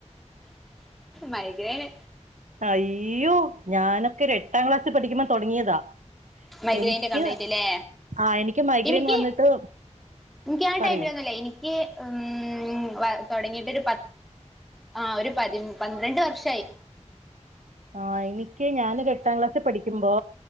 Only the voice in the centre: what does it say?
മൈഗ്രൈന്
മൈഗ്രൈന്റെ
കംപ്ലൈന്റ് അല്ലേ
എനിക്ക്
എനിക്ക് ആ
ടൈമിലൊന്നല്ലേ എനിക്ക് ഉം ആ തുടങ്ങിട്ട് ഒരു പ ആ ഒരു പതി പന്ത്രണ്ട് വർഷയി